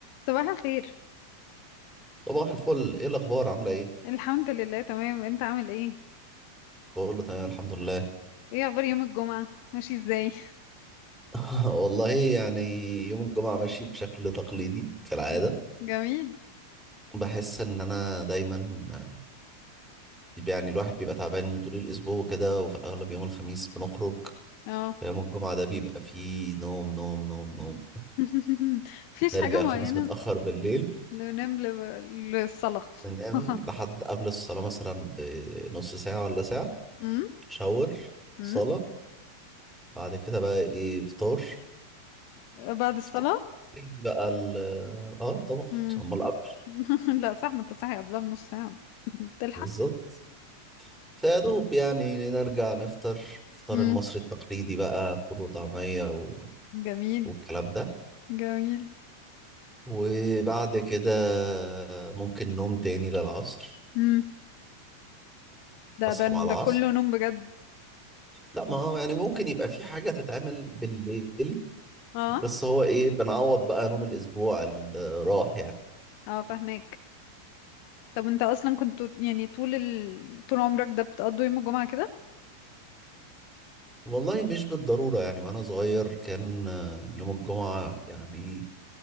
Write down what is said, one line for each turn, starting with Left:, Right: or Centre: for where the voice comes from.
Left: صباح الخير
Centre: صباح الفل ايه الاخبار عامله ايه
Left: الحمد لله تمام انت عامل ايه
Centre: كله تمام الحمد لله
Left: ايه اخبار يوم الجمعة ماشي ازاي
Centre: <laughs> والله يعني يوم الجمعه ماشي بشكل تقليدي كالعاده
Left: <laughs> جميل
Centre: بحس ان انا دايما يعني الواحد بيبقى تعبان طول الاسبوع وكده وفي الاغلب يوم الخميس بنخرج
Left: اه
Centre: فيوم الجمعه ده بيبقى فيه نوم نوم نوم نوم
Left: <laughs> مفيش
Centre: نرجع
Left: حاجة
Centre: الخميس
Left: معينة
Centre: متاخر بالليل
Left: بننام لب... للصلاة
Centre: ننام
Left: <laughs>
Centre: لحد قبل الصلاه مثلا بنص ساعه ولا ساعه
Left: امم
Centre: شاور
Left: امم
Centre: صلاه بعد كده بقى ايه فطار
Left: بعد الصلاة
Centre: فطبعاً بقى ال اه طبعا
Left: امم
Centre: امال قبل
Left: <laughs> لا صح ما انت صاحي قبلها بنص ساعة <laughs> تلحق
Centre: بالظبط فيا دوب يعني نرجع نفطر الفطار
Left: امم
Centre: المصري التقليدي بقى فول وطعمية و...
Left: جميل
Centre: والكلام ده
Left: جميل
Centre: وبعد كده ممكن نوم تاني للعصر
Left: امم ده
Centre: اصحى
Left: ده
Centre: بقى العصر
Left: ده كله نوم بجد
Centre: لا ما هو يعني ممكن يبقى في حاجة تتعمل بالليل
Left: اه
Centre: بس هو ايه بنعوض بقى نوم الاسبوع اللي راح يعني
Left: اه فاهمك طب انت اصلا كنت يعني طول ال... طول عمرك ده بتقضي يوم الجمعة كده
Centre: والله مش بالضرورة يعني وانا صغير كان يوم الجمعة يعني